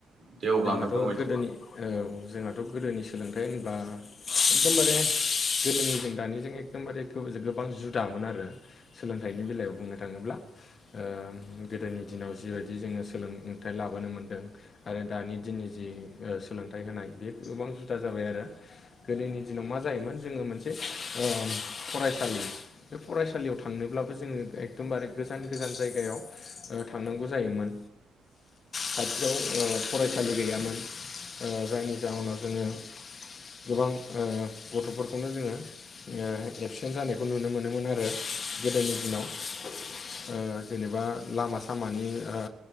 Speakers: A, on the right; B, on the left.
A: दे अब्ला
B: जोंहाथ'
A: नोंथां फोरमायदो
B: गोदोनि औ जोंहाथ' गोदोनि सोलोंथाइ होनबा एकदमबारे गोदोनिजों दानिजों एखदमबारे गो गोबां जुदामोन आरो सोलोंथाइनि बेलायाव बुंनो थाङोब्ला ओ गोदोनि दिनाव जिबायदि जोङो सोलोंथाइ लाबोनो मोन्दों आरो दानि दिननि जि सोलोंथाइ होनाय बे गोबां जुदा जाबाय आरो गोदोनि दिनाव मा जायोमोन जोङो मोनसे ओ फरायसालि बे फरायसालियाव थांनोब्लाबो जोङो एकदमबारे गोजान गोजान जायगायाव थांनांगौ जायोमोन खाथियाव ओ फरायसालि गैयामोन ओ जायनि जाहोनाव जोङो गोबां ओ गथ'फोरखौनो जोङो ओ एबसेन्ट जानायखौ नुनो मोनोमोन आरो गोदोनि दिनाव ओ जेनेबा लामा सामानि ओ